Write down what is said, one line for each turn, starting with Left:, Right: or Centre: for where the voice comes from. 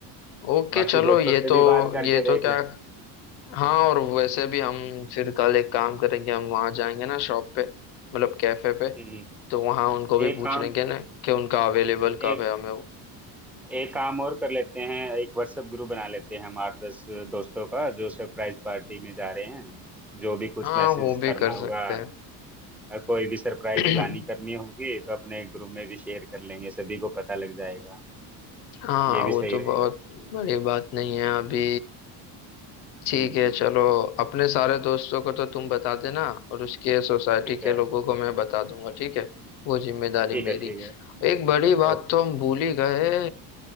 Left: ओके
Centre: बाकी
Left: चलो
Centre: दोस्तों
Left: ये
Centre: से
Left: तो
Centre: भी बात करके
Left: ये तो
Centre: देख
Left: क्या
Centre: ले
Left: हाँ और वैसे भी हम फिर कल एक काम करेंगे हम वहाँ जाएंगे ना शॉप पे मतलब कैफे पे
Centre: हम्म
Left: तो वहाँ उनको भी
Centre: एक
Left: पूछ
Centre: काम
Left: लेंगे ना कि उनका अवेलेबल
Centre: एक
Left: कब है हमें वो
Centre: एक काम और कर लेते हैं एक व्हाट्सएप ग्रुप बना लेते हैं हम आठ दस दोस्तों का जो सरप्राइज पार्टी में जा रहे हैं जो भी कुछ
Left: हाँ
Centre: मैसेज
Left: वो भी
Centre: करना
Left: कर
Centre: होगा
Left: सकते
Centre: अ, कोई भी सरप्राइज
Left: हैं
Centre: प्लानिंग
Left: <clears throat>
Centre: करनी होगी तो अपने ग्रुप में भी शेयर कर लेंगे सभी को पता लग जाएगा
Left: हाँ
Centre: ये भी
Left: वो
Centre: सही
Left: तो
Centre: रहेगा
Left: बहुत बड़ी बात नहीं है अभी ठीक
Centre: हम्म
Left: है चलो अपने सारे दोस्तों को तो तुम बता देना और उसके सोसाइटी
Centre: ठीक
Left: के
Centre: है
Left: लोगों को मैं बता दूंगा ठीक है वो जिम्मेदारी
Centre: ठीक
Left: मेरी
Centre: है ठीक है
Left: एक बड़ी बात
Centre: ओके
Left: तो हम भूल ही गए